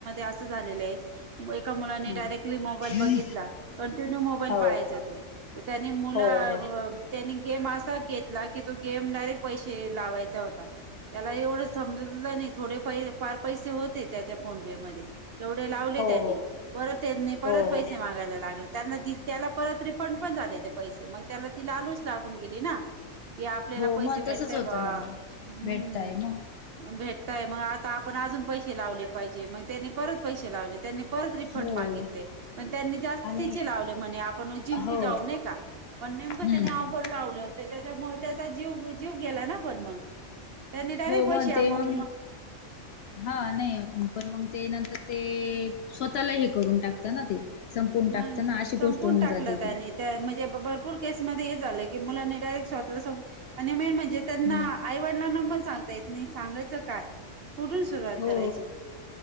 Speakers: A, on the right (about 60°); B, on the left (about 65°).
A: अस झाले आहे एका मुलाने
B: हम्म.
A: डायरेक्टली
B: हम्म.
A: मोबाईल बघितला. कंटिन्यू मोबाईल
B: हो
A: पहायचा तो त्यानी मुला
B: हो हो
A: त्यांनी गेम असा घेतला की तो गेम डायरेक्ट पैसे लावायचा होता त्याला एवढं सम नाही थोडे प फार पैसे होते त्याच्या फोन पे म एवढे लावले
B: हो
A: त्यांनी परत त्यांनी परत
B: हो हो
A: पैसे
B: हो.
A: मागायला लागले त्यांना दि त्याला परत रिफंड पण झाले ते पैसे मग त्याला ती लालूच लागून गेली ना. कि आपल्याला
B: हो
A: पैसे
B: मग
A: भेटतय
B: तसच होतं
A: बा
B: ना मग
A: हम्म.
B: भेटताय मग
A: भेटताय मग आता आपण अजून पैसे लावले पाहिजे मग त्यांनी परत पैसे लावले त्यांनी परत रिफंड
B: हो
A: मागितले त्यांनी जा
B: आणि
A: स्तीचे लावले म्हणे आपण जिंकू
B: हो
A: जाऊ न्हाय का पण नेमकं
B: हम्म
A: त्याने अवघड लावलं तील त्याच्यामूळ त्याचा जीव जीव गेला ना पण मग. त्यांनी डायरेक्ट
B: हो
A: पैसे
B: मग
A: अमाऊंट
B: ते मग हा नाही. पण मग ते नंतर ते स्वतःला हे करून टाकत ना ते. संपवून
A: मग
B: टाकत ना अशी
A: संपून
B: गोष्ट होऊन
A: टाकलं
B: जाते
A: त्यानी
B: ती
A: त्या म्हणजे भरपूर केसमध्येध्ये झालं की मुलांनी डायरेक्ट स्वतला संपआणि मेन म्हणजे जे त्यांना
B: हम्म
A: आईवडला पण सांगतायेत नाही सांगायचं काय. कुठून सुरवात
B: हो
A: करायची.